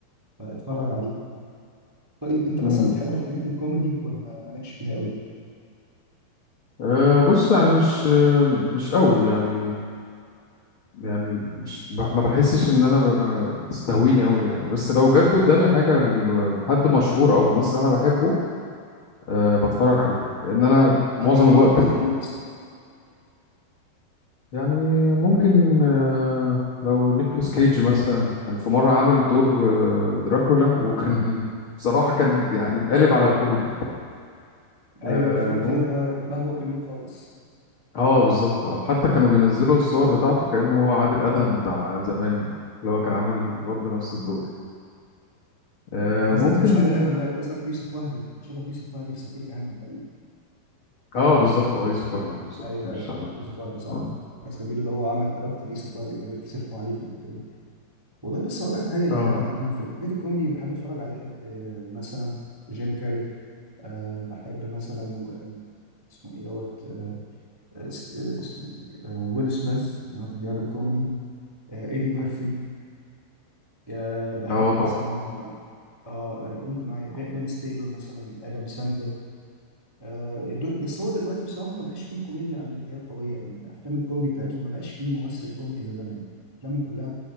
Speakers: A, on the right; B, on the left.
A: فاتفرج عليه طيب انت مثلا
B: مم.
A: بتحب الحاجات الكوميدي ولا مالكش فيها قوي
B: أه بص يعني مش آه، مش قوي يعني يعني مش ب- ما بحسش ان انا ب- بتستهويني قوي يعني بس لو جت قدامي حاجه ل- لحد مشهور او ممثل انا بحبه أه بتفرج عليه لان انا
A: زي
B: معظم
A: مين
B: الوقت
A: زي
B: ب-
A: مين مثلا
B: يعني ممكن أه لو نيكولاس كيج مثلا كان في مره عامل دور آه، دراكولا وكان <laughs> بصراحه كان يعني قالب على كوميدي
A: ايوه
B: اه
A: الفيلم الفيلم
B: ممكن
A: ده بهوأ منه خالص
B: اه بالظبط اه حتى كانوا بينزلوا الصور بتاعته كانه هو عادل ادهم بتاع زمان اللي هو كان عامل برضه نفس الدور آه،
A: انت قصدك
B: ممكن
A: مش عادل ادهم بقى قصدك يوسف وهبي كان شبه يوسف وهبي في سفير جهنم تقريبا
B: اه بالظبط اه يوسف وهبي بالظبط
A: ايوه
B: مش
A: ايوه
B: عارف
A: يوسف وهبي صح
B: اه
A: الناس كانوا بيقولوا ده هو عمل كاركتر يوسف وهبي كان بيتصرفوا عليه في الحتة دي والله بس اقول لك حاجه يعني
B: اه
A: انا انا في الحاجات الكوميدي بحب اتفرج على بحب آه، مثلا جيم كاري أه بحب مثلا آه، اسمه ايه دوت آه، آه، است- آه، اسمه ايه آه، ويل سميث اللي هو كان بيعمل كوميدي آه، ايدي ميرفي أه بحب
B: اه طبعا
A: مثلا اه آه، قول معايا ب- بن ستيلر مثلا ادم ساندلر أه دول- بس هو دلوقتي بصراحه ما بقاش فيه كوميديا امريكيه قويه قوي يعني افلام الكوميدي بتاعتهم ما بقاش فيه ممثل كوميدي زي زمان يعني افلامهم كلها